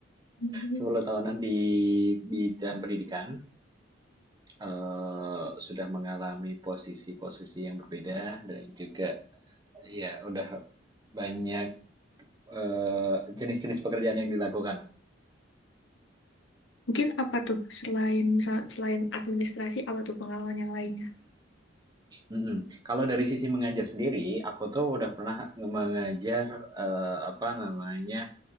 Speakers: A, on the left (about 75°); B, on the right (about 20°).
A: Hmm.
B: 10 tahunan di bidang pendidikan, eh, sudah mengalami posisi-posisi yang berbeda dan juga ya udah banyak eh, jenis-jenis pekerjaan yang dilakukan.
A: mungkin apa tuh selain misal selain administrasi apa tuh pengalaman yang lainnya
B: Mhm. Kalau dari sisi mengajar sendiri, aku tuh udah pernah nge mengajar, eee, apa namanya,